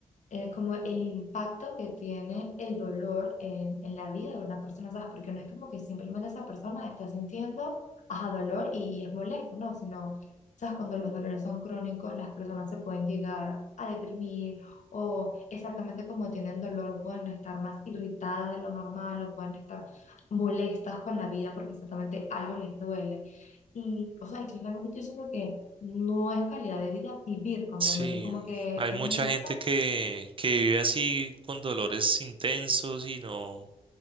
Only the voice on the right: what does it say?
Sí,
hay
mucha
gente que, que vive así con dolores intensos y no,